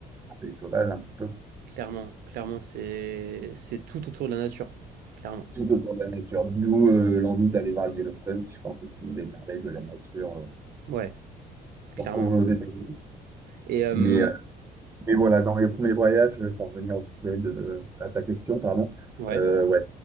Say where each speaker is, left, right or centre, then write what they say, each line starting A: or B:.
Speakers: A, on the right (about 15°); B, on the right (about 65°).
A: un pays sauvage un petit peu,
B: clairement, clairement, c'est, c'est tout autour de la nature, clairement.
A: tout autour de la nature. D'où euh, l'envie d'aller voir le Yellowstone, qui je pense est une des merveilles de la nature euh,
B: Ouais, clairement.
A: qu'on retrouve aux États-Unis.
B: Et, euh,
A: Mais, euh, mais voilà, dans les premiers voyages, pour revenir au sujet de, à ta question, pardon,
B: ouais.
A: euh, ouais,